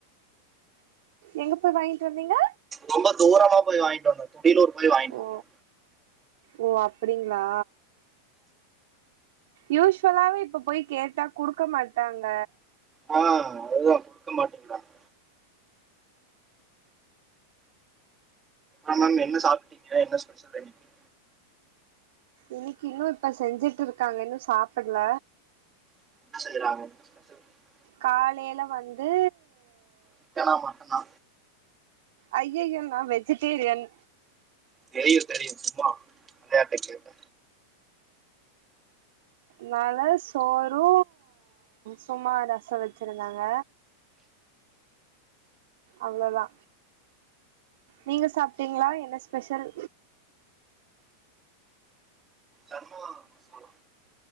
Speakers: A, on the right; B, on the right.
A: எங்க போய் வாங்கிட்டு வந்தீங்க
B: ரொம்ப தூரமா போய் வாங்கிட்டு வந்துட்டே தீலூர் வாங்கிட்டு
A: ஓ
B: வந்தே
A: ஓ அப்படிங்ளா யூஸ்வலாவே இப்ப போய் கேட்டா குடுக்க மாட்டாங்க
B: ஆ அதுதா குடுக்க மாட்டிங்கறாங்க ஆமாங் என்ன சாப்ட்டீங்க என்ன ஸ்பெஷல் இன்னிக்கு
A: இன்னைக்கு இன்னு இப்ப செஞ்சுட்டுருக்காங்க இன்னு சாப்பட்ல
B: <unintelligible>
A: காலைல வந்து
B: சிக்கனா மாட்டனா
A: அய்யயோ நா வெஜிடேரியன்
B: தெரியு தெரியு சும்மா விளயாட்டுக் கேட்ட
A: நானால சோறு சும்மா ரசோ வச்ருந்தாங்க அவ்ளோதா நீங்க சாப்டீங்களா என்ன ஸ்பெசல்
B: சன்னா மசாலா